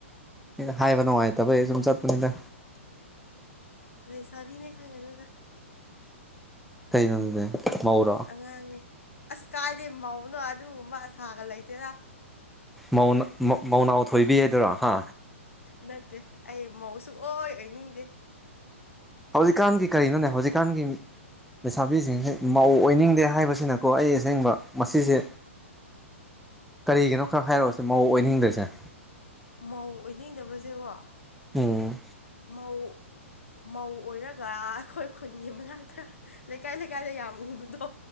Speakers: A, in the centre; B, on the left.
A: ꯑꯩꯅ
B: ꯐꯩꯌꯦ
A: ꯍꯥꯏꯕ
B: ꯐꯩꯌꯦ
A: ꯅꯨꯡꯉꯥꯏꯇꯕꯩ ꯑꯩ ꯁꯨꯝ ꯆꯠꯄꯅꯤꯅ
B: ꯂꯩꯁꯥꯕꯤꯅꯦ ꯈꯪꯉꯅꯗ
A: ꯀꯩꯅꯗꯅꯦ ꯃꯧꯔꯥ
B: ꯑꯉꯥꯡꯅꯦ ꯑꯁ ꯀꯥꯏꯗꯦ ꯃꯧꯅꯣ ꯑꯗꯨꯒꯨꯝꯕ ꯑꯁꯥꯒ ꯂꯩꯇꯦꯔꯥ
A: ꯃꯧꯅꯥ ꯃꯧꯅꯥꯎ ꯊꯣꯏꯕꯤꯗꯨꯔꯣ ꯍꯥ
B: ꯅꯠꯇꯦ ꯑꯩ ꯃꯧꯁꯨ ꯑꯣꯏ ꯑꯣꯏꯅꯤꯡꯗꯦ
A: ꯍꯧꯖꯤꯛꯀꯥꯟꯒꯤ ꯀꯔꯤꯅꯣꯅꯦ ꯍꯧꯖꯤꯛꯀꯥꯟꯒꯤ ꯂꯩꯁꯥꯕꯤꯁꯤꯡꯁꯦ ꯃꯧ ꯑꯣꯏꯅꯤꯡꯗꯦ ꯍꯥꯏꯕꯁꯤꯅꯀꯣ ꯑꯩ ꯑꯁꯦꯡꯕ ꯃꯁꯤꯁꯦ ꯀꯔꯤꯒꯤꯅꯣ ꯈꯔ ꯍꯥꯏꯔꯣꯁꯦ ꯃꯧ ꯑꯣꯏꯅꯤꯡꯗ꯭ꯔꯤꯁꯦ
B: ꯃꯧ ꯑꯣꯏꯅꯤꯡꯗꯕꯖꯦꯀꯣ
A: ꯎꯝ
B: ꯃꯧ ꯃꯧ ꯑꯣꯏꯔꯒ ꯑꯩꯈꯣꯏ ꯈꯨꯟꯒꯤ ꯃꯅꯥꯛꯇ ꯂꯩꯀꯥꯏ ꯂꯩꯀꯥꯏꯗ ꯌꯥꯝ ꯎꯕꯗꯣ